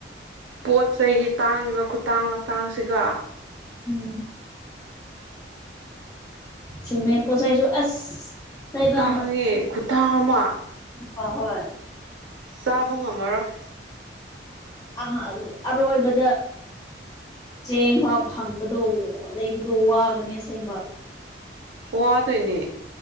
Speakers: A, on the right; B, on the left.
A: ꯄꯣꯠ ꯆꯩꯒꯤ ꯇꯥꯡꯉꯤꯕ ꯈꯨꯇꯥꯡ ꯂꯇꯥꯡꯁꯤꯒ
B: ꯎꯝ ꯆꯨꯝꯃꯦ ꯄꯣ ꯆꯩꯥꯏꯖꯨ ꯑꯁ ꯇꯥꯏꯕꯪ
A: ꯇꯥꯡꯉꯦ ꯈꯨꯇꯥꯡ ꯑꯃ
B: <inaudible> ꯍꯣꯏ
A: ꯆꯥꯕ ꯉꯝꯃꯔꯣꯏ
B: ꯑ ꯑꯔꯣꯏꯕꯗ ꯆꯦꯡ ꯐꯥꯎ ꯐꯪꯕꯗꯣ ꯂꯩꯕꯗꯣ ꯋꯥꯒꯅꯤ ꯑꯁꯦꯡꯕ
A: ꯋꯥꯗꯣꯏꯅꯦ